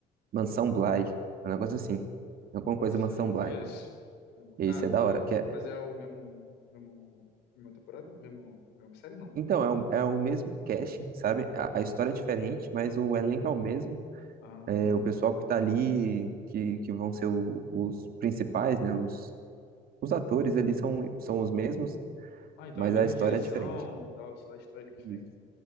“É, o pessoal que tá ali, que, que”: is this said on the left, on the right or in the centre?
Right